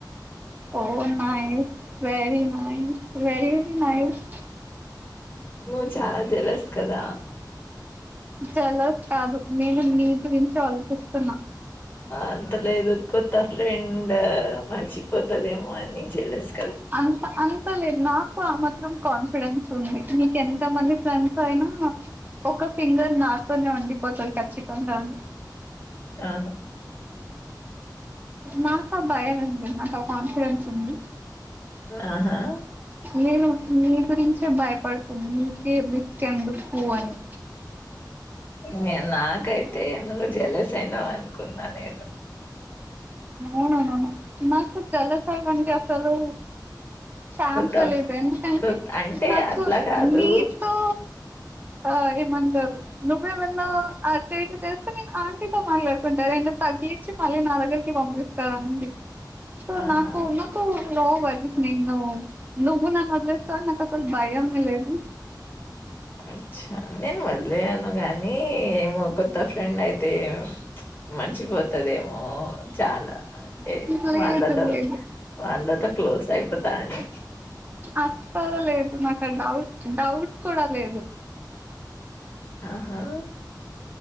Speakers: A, on the right (about 25°); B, on the left (about 30°).
A: ఓ nice very nice very nice
B: నువ్వు చాలా జలస్ కదా
A: జలస్ కాదు నేను నీ ది చాల ఉున్నా
B: అంతలేదు కొత్త ఫ్రెండ్ మర్చిపోతదేమో అని చెలేస్తా
A: అంత అంతలే నాకు ఆ మత్ కాన్ఫిడెన్స్ ఉంది మీక ఎంత మంది స అయినా ఒక ఫింగర్ నాతోనే వండిపోతుంది ఖచ్చితంగానీ
B: ఆ అ
A: నాకు ఆ భయం ఉంది నాకు కాన్ఫిడెన్స్ ఉంది
B: ఆహా
A: నేను మీ గురించే భయపడుతున్నా నీక వి కం పోవను
B: నే నాకైతే నువ్వు జలస్ అయినావ అనుకున్నా నను
A: అవుననను నాకు చలసాగండి అసలు సాాన్ంత
B: కొత్త
A: లేదు ఎందుకంటే
B: కొ అంటే
A: నాకు
B: అట్లా కాదు
A: మీతో ఆ ఏమంటారు నువ్్వ ఏమన్నా ఆయాక్టివిటీ చేస్తే నేను ఆంటీతో మాట్లాడుకుంటారు అం తగ్గిచ్చి మళ్ళీ నా దగ్గరికి పంపి అడి సో
B: ఆహా
A: నాకు ఉందుకు నో వని నేను నువు నా మసలు బయ అంగలేదు
B: అచ్చా నేను మళ్లేను గాని ఏమో కొత్త ఫ్రెండ్ అయితే మర్చిపోతుదేమో చాలా అంటే
A: తెదు
B: వాళ్ళతో
A: లే
B: వాళ్ళతో క్లోజ్ అయిపోతా అని
A: ఆస లేదు నాకు డౌట్ డౌట్ కూడా లేదు
B: ఆహా